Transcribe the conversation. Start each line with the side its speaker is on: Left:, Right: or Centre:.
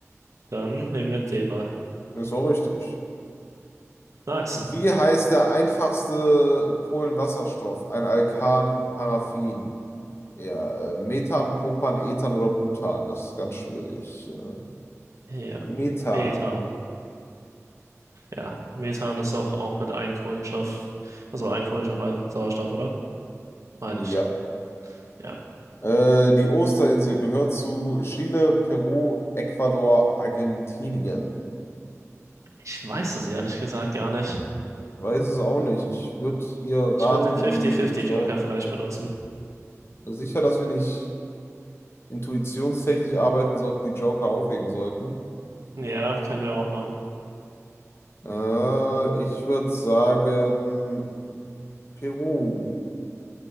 Right: dann nehmen wir den mal.
Left: Ja, Ist auch richtig.
Right: Nice.
Left: Wie heißt der einfachste Kohlenwasserstoff? Ein Alkan, Paraffin. Ja, äh, Methan, Propan, Ethan oder Butan. Das ist ganz schwierig. Äh,
Right: Ja.
Left: Methan.
Right: Methan. Ja, Methan ist doch auch mit einem Kohlenstoff, also ein Kohlenstoff, ein Sauerstoff, oder? Meine ich.
Left: Ja,
Right: Ja.
Left: Äh, die Osterinsel gehört zu Chile, Peru, Ecuador, Argentinien.
Right: Ich weiß es ehrlich gesagt gar nicht.
Left: Weiß es auch nicht. Ich würde hier raten,
Right: Ich würde den 50-50-Joker
Left: um die Joker.
Right: vielleicht benutzen.
Left: Sicher, dass wir nicht intuitionstechnisch arbeiten sollten, die Joker aufheben sollten.
Right: Ja, können wir auch machen.
Left: Äh, ich würde sagen, Peru.